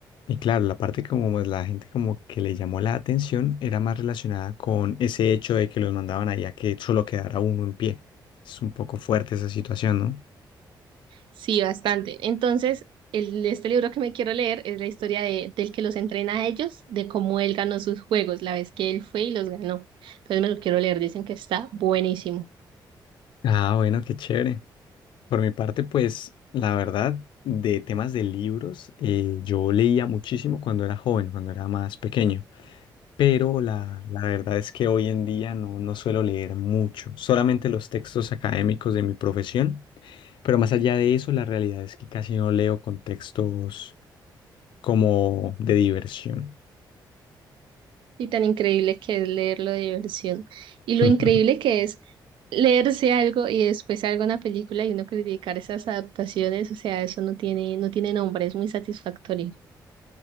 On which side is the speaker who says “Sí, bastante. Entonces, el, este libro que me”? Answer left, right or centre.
Right